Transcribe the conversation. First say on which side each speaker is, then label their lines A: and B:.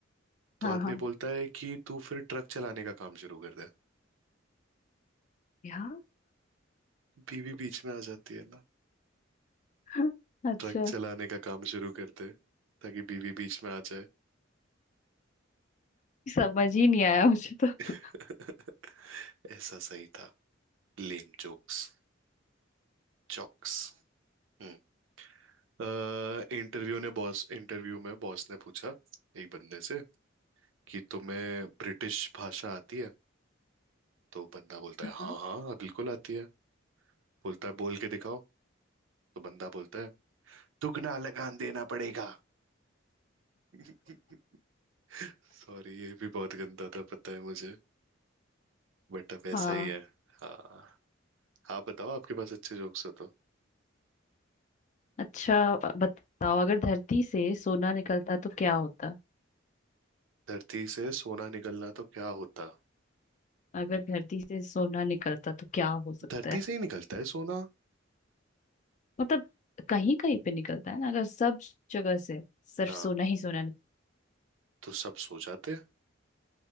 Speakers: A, on the right; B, on the left.
A: तो
B: हाँ
A: आदमी
B: हाँ
A: बोलता है कि तू फिर ट्रक चलाने का काम शुरू कर दे
B: यार
A: बीवी बीच में आ जाती है ना
B: <laughs> अच्छा
A: ट्रक चलाने का काम शुरू कर दे ताकि बीवी बीच में आ जाए
B: समझ ही नहीं आया मुझे तो
A: <laughs> ऐसा सही था Lame jokes jokes हम्म इंटरव्यू ने बॉस इंटरव्यू में बॉस ने पूछा एक बंदे से कि तुम्हें ब्रिटिश भाषा आती है तो बंदा बोलता
B: हाँ
A: है हाँ हाँ हाँ, बिल्कुल आती है बोलता है बोल के दिखाओ तो बंदा बोलता है दुगना लगान देना पड़ेगा <laughs> सॉरी ये भी बहुत गंदा था पता है मुझे बेटअप ऐसा
B: हाँ
A: ही है हाँ आप बताओ आपके पास अच्छे जोक्स हो तो
B: अच्छा ब- बताओ अगर धरती से सोना निकलता तो क्या होता
A: धरती से सोना निकलना तो क्या होता
B: अगर धरती से सोना निकलता तो क्या हो सकता
A: धरती
B: है
A: से ही निकलता है सोना
B: मतलब कहीं कहीं पे निकलता है ना अगर सब जगह से सिर्फ
A: हाँ
B: सोना ही सोना निकल
A: तो सब सो जाते